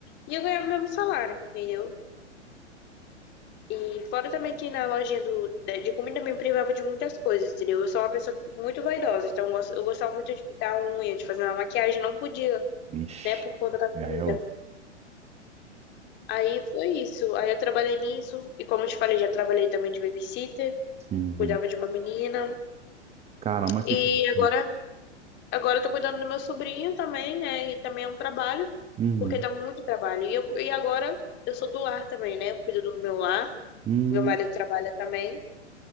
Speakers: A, on the left; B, on the right.
A: e eu ganhava o mesmo salário, entendeu? E fora também que na lojinha do, da- de comida me privava de muitas coisas, entendeu? Eu sou uma pessoa muito vaidosa, então eu, gosto- eu gostava muito de pintar a unha, de fazer uma maquiagem, não podia,
B: Ixi.
A: né, por conta da comida.
B: E aí, eu...
A: Aí foi isso, aí eu trabalhei nisso, e como eu te falei, já trabalhei também de babysitter,
B: Sim.
A: cuidava de uma menina,
B: Caramba,
A: e
B: que triste.
A: agora Agora eu tô cuidando do meu sobrinho também, né? E também é um trabalho,
B: Uhum.
A: porque dá muito trabalho. E, eu, e agora eu sou do lar também, né? Eu cuido do meu lar,
B: Hum.
A: meu marido trabalha também,